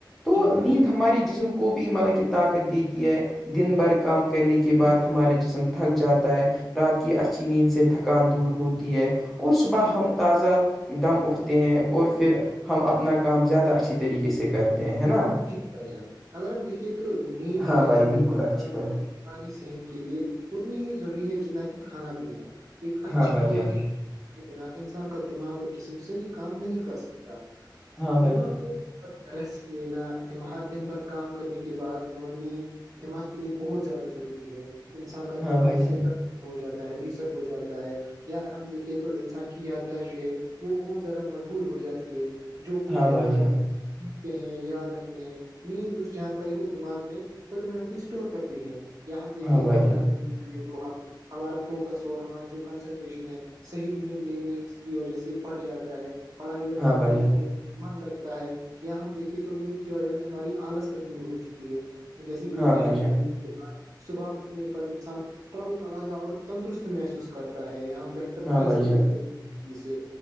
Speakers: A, in the centre; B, on the right.
A: تو
B: جی بھائی
A: نیند
B: جان
A: ہمارے جسم کو کو بھی مطلب کہ طاقت دیتی ہے دن بھر کام کرنے کے
B: جی
A: بعد
B: بھائی
A: ہمارا جس تھک جاتا ہے رات کی اچھی نیند سے تھکان دور ہوتی ہے اور صبح
B: جی بھائی
A: ہم تازہ دم اٹھتے ہیں اور پھر ہم اپنا کام زیادہ اچھی طریقے سے کرتے ہیں ہے نا
B: جی بھائی جان اگر ہم دیکے تو نیم
A: ہاں
B: جو ہے
A: بھائی
B: ہمارے
A: بالکل اچھی بات ہے
B: دای صحت کے لیے اتنی ہی ضروری ہے جتنا کہ کھانا پینا ایک اچھی
A: ہاں بھائی
B: اور
A: جان
B: گری بنا انسان کا دماغ اور جسم صحیح کام نہیں کر سکتا
A: ہاں بھائی
B: ڈمااکیسٹ
A: جان
B: دینا د ہر دن بھر کام کرنے کے بعد دما نیند دماغ کے لیے بہت زیادہ ضروری ہے انسان کا
A: ہاں
B: دماغ
A: بھائی
B: اس
A: جان
B: سےر ہو جاتا ہے ریسٹ ہو جاتا ہے یا ہم دیکھے تو انسان کی یادداش جو ہے وہ بہت زیادہ مضبط ہو جاتی ہے جو کچھ
A: ہاں
B: دن
A: بھائی
B: بھر
A: جان
B: سیکھتے ہیں یاد رکھتے ہیں نیند اس جانکاری کو دماغ میں پرماننٹلی اسٹور کر دی ہے یا ہم دیکھے
A: ہاں بھائی
B: تو اگر
A: جان
B: ہم کریں تو ہم ہمارا فوکس اور ہماری جو کنسنٹریشن ہے صحی نیند لینے کی وجہ سے بڑ جاتا ہے پڑھائی اور
A: ہاں
B: کام
A: بھائی
B: کرنے
A: جان
B: میں من لگتا ہے یا ہم دیکھیے تو نیند کی وجہ سے ہماری آلس تک دور ہو چکی ہے جیسے کہ
A: ہاں
B: ایک
A: بھائی
B: گہری
A: جان
B: نیند صبح اٹھنے پر انسان تر و تازہ اور تندرست محسوس کرتا ہے یہاں سر
A: ہاں
B: فیصلے
A: بھائی جان
B: لے سکتے چیز سے